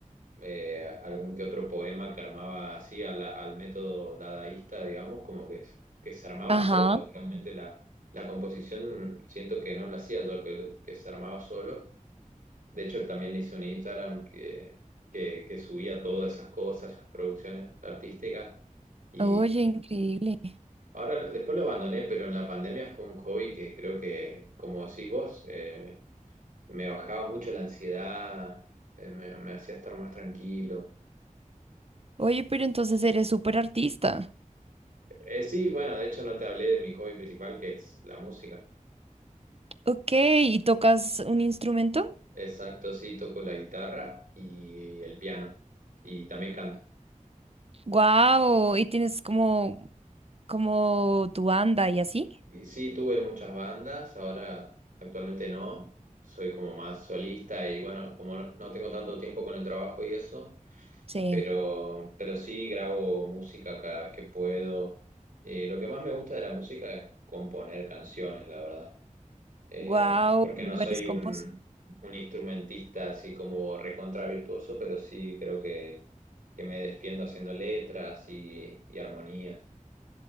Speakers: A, on the right (about 75°); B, on the right (about 45°).
A: eh, algún que otro poema que armaba así a la- al método dadaísta, digamos, como que, es- que se armaba
B: Ajá.
A: solo. Realmente la, la composición siento que no lo hacía yo, que, que se armaba solo de hecho, también hice un Instagram que, que, que subía todas esas cosas, esas producciones artísticas. Y
B: Oye, increíble.
A: ahora, después lo abandoné, pero en la pandemia fue un hobby que creo que, como decís vos, eh, me bajaba mucho la ansiedad, eh, me, me hacía estar más tranquilo.
B: Oye, pero entonces eres súper artista.
A: Eh, sí, bueno, de hecho no te hablé de mi hobby principal, que es la música.
B: Ok, ¿y tocas un instrumento?
A: Exacto, sí, toco la guitarra y el piano. Y también canto.
B: Wow, ¿y tienes como, como tu banda y así?
A: Y sí, tuve muchas bandas, ahora actualmente no, soy como más solista y bueno, como no, no tengo tanto tiempo con el trabajo y eso,
B: Sí.
A: pero, pero sí grabo música cada vez que puedo. Eh, lo que más me gusta de la música es componer canciones, la verdad, Eh,
B: Wow,
A: porque no soy
B: eres compos.
A: un, un instrumentista así como recontra virtuoso, pero sí creo que, que me defiendo haciendo letras y, y armonías.